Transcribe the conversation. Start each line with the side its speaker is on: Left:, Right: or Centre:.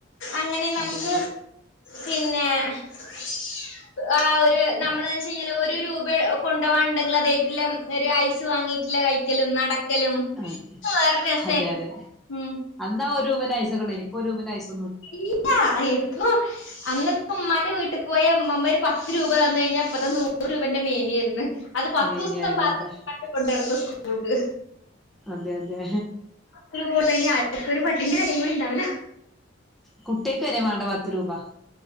Left: അങ്ങനെ നമുക്ക്
Centre: അതെ അതെ
Left: പിന്നെ ഉ <unintelligible> ആ് ഒരു നമ്മളന്ന് വെച്ച് കഴിഞ്ഞാൽ ഒരു രൂപ കൊണ്ടുപോകുവാൻ ഉണ്ടെങ്കിൽ അതായിട്ടുള്ള ഒരു ഐസ് വാങ്ങിയിട്ടുള്ള കഴി- കളിക്കലും നടക്കലും
Centre: അതെ
Left: അതൊക്കെ വേറെ രസായിരുന്നു
Centre: അതെ അതെ
Left: ഉമ്
Centre: അന്നാ ഒരു രൂപന്റെ ഹൈസ് ണ്ടായിന് ഇപ്പൊ രൂപന്റെ ഹൈസ്
Left: ഇല്ല ഇപ്പൊ അന്ന് ഉമ്മാന്റെ വീട്ടിൽ പോയ ഉമ്മമ്മ ഒരു പത്ത് രൂപ തന്നു കഴിഞ്ഞാ ഇപ്പത്തെ നൂറ് രൂപേന്റെ മേലെ ആയിരുന്നു. അത് പത്തു
Centre: മേനി
Left: ദിവസം പാത്രത്തീ
Centre: അതെ
Left: കൊണ്ട് നടക്കും സ്കൂൾക്ക്.
Centre: അതെ അതെ.
Left: ഒരു <unintelligible> ഒരു പട്ടിന്റെ വിലയും കൂടി ഉണ്ടാവില്ല.
Centre: കുട്ടികൾക്ക് വരെ വേണ്ട പത്ത് രൂപ-